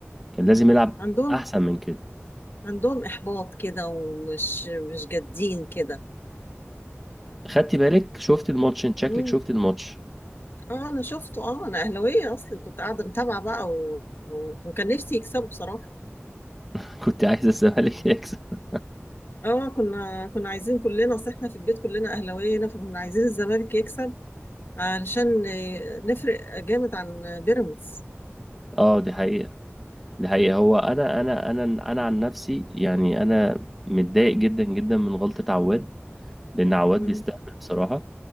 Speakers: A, in the centre; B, on the left.
A: كان لازم يلعب
B: عندهم
A: احسن من كده
B: عندهم إحباط كده ومش مش جادين كده
A: خدتي بالك شفت الماتش انت شكلك
B: مم.
A: شفت الماتش
B: اه انا شفته اه انا اهلاويه اصلي كنت قاعده متابعه بقى و... و... وكان نفسي يكسبوا بصراحه
A: <laughs> كنت عايز الزمالك <laughs> يكسب
B: اه كنا كنا عايزين كلنا اصل احنا في البيت كلنا اهلاويه هنا فكنا عايزين الزمالك يكسب علشان آه، نفرق جامد عن بيراميدز
A: اه دي حقيقة دي حقيقة هو انا انا انا انا عن نفسي يعني انا متضايق جدا جدا من غلطة عواد لان عواد
B: مم.
A: بيستهبل بصراحة